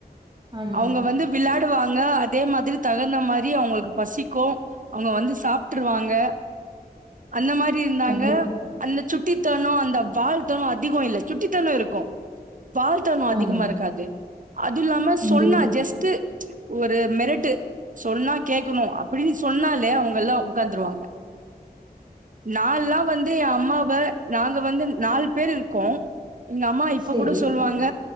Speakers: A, on the right (about 30°); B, on the right (about 55°).
A: ஆமா
B: அவுங்க
A: ஆமா
B: வந்து விளாடுவாங்க அதே மாதிரி தகுந்த மாரி அவுங்களுக்கு பசிக்கு அவுங்க வந்து சாப்ட்ருவாங்க அந்த மாரி இந்தாங்க
A: கண்டிப்பா
B: அந்த சுட்டித்தனோ அந்த வால்த்தனோ அதிகோ இல்ல சுட்டித்தனோ இருக்கு வால்த்தனோ அதிகமா
A: ஆமா
B: இருக்காது அது இல்லாம
A: கண்டிப்பா
B: சொன்னா ஜஸ்ட்டு ஒரு மெரட்டு சொன்னா கேக்கணு அப்படின் சொன்னாலே அவுங்கெல்லா உக்காந்துருவாங்க நால்லா வந்து எ அம்மாவ நாங்க வந்து நால் பேர் இருக்கோ எங்க அம்மா இப்ப
A: செரி
B: கூட சொல்லுவாங்க